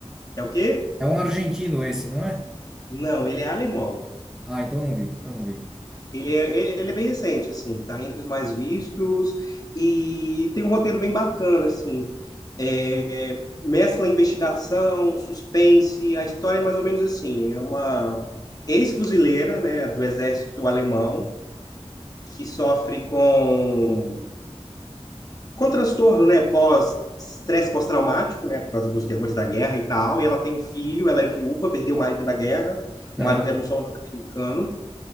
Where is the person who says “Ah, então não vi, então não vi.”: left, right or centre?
Centre